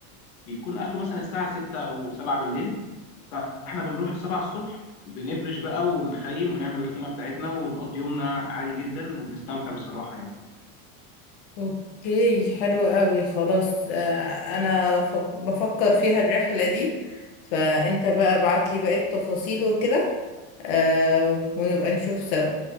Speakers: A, on the left (about 80°); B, on the left (about 45°).
A: بيكون اخره مثلا الساعه 6 او 7 بالليل فاحنا بنروح السبعة الصبح بنفرش بقى ونخيم ونعمل الخيمه بتاعتنا ونقضي يومنا عادي جدا وبنستمتع بصراحه يعني
B: اوكي حلو قوي خلاص آه، انا ف- بفكر فيها الرحلة دي فانت بقى ابعت لي باقي التفاصيل وكده آه، ونبقى نشوف سوا